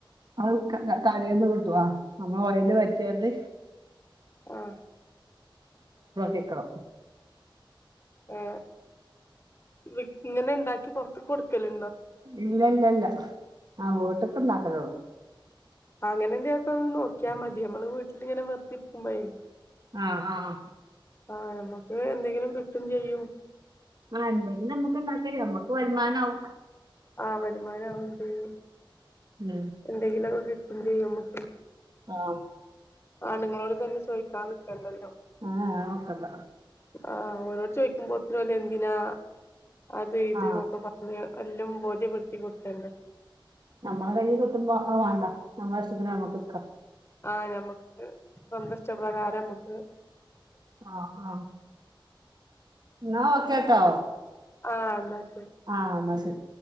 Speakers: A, on the right; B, on the left.
A: അത് ക ക കടെന്ന് കിട്ടു ആ അമ്മ വയല് പറ്റൊണ്ട്
B: ആഹ്
A: <unintelligible>
B: ഏ ഇ ഇങ്ങനെ ഉണ്ടാക്കി പുറത്ത് കൊടുക്കല്
A: ഇല്ല ഇല്ല ഇല്ല ആ വോട്ട് മാത്രെ ഉള്ളു
B: അങ്ങനെന്നാട്ടോ ഒന്ന് നോക്ക്യാ മതി അമ്മള് വീട്ടിലിങ്ങനെ വെർത് ര്ക്കുമ്പയേ
A: ആഹ് ആഹ്
B: ആഹ് നമ്മുക്ക് എന്തെങ്കിലും കിട്ടും ചെയ്യും
A: ആ എന്തെങ്കിലും നമ്മുക്ക്ണ്ടാക്കെ നമ്മക്ക് വരുമാനാവും
B: ആഹ് വരുമാനാവും ചെയ്യും
A: ഉം.
B: എന്തെങ്കിലൊക്കെ കിട് ചെയ്യമ്മക്ക്
A: ആഹ്
B: ആണുങ്ങളോട് തന്നെ ചോദിക്കാൻ നിക്കണ്ടല്ലോ
A: ആഹ് ക്കണ്ട
B: ആഹ് ഓരോട് ചോയ്ക്കുമ്പോത്തിനോല് എന്തിനാ അത് ഇത്
A: ആ
B: എന്നൊക്കെ പർഞ് എല്ലും ബോധ്യപ്പെട്ത്തി കൊട്ക്കണ്ടേ
A: നമ്മളെ കയ്യി കിട്ടുമ്പോ അഹ് മാണ്ട നമ്മളെ ഇഷ് ന് അമ്മക്ക്ട്ക്ക
B: ആഹ് ഞമ്മക്ക് സന്തുഷ്ടപ്രകാരം അമ്മക്ക്
A: ആഹ് ആഹ് എന്ന ഓ ക്കാട്ടോ
B: ആ എന്ന ശെ
A: ആ എന്നാ ശരി